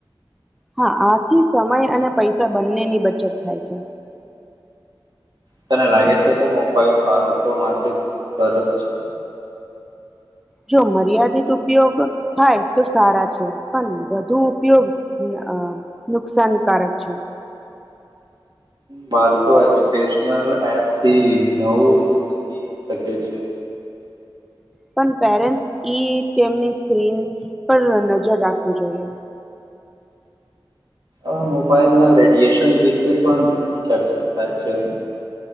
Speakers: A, in the centre; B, on the right (about 60°).
A: હા આથી સમય અને પૈસા બંનેની બચત થાય છે
B: તને લાગે છે કે મોબાઈલ બાળકો માટે સરસ છે
A: જો મર્યાદિત ઉપયોગ થાય તો સારા છે પણ વધુ ઉપયોગ ન અ નુકસાનકારક છે
B: બાળકો એજ્યુકેશનલ એપ થી નવું શીખી શકે છે
A: પણ પેરેન્ટસ ઈ તેમની સ્ક્રીન પર નજર રાખવું જોઈએ
B: અ મોબાઈલના રેડિએેશન વિશે પણ ઘણી ચર્ચા થાય છે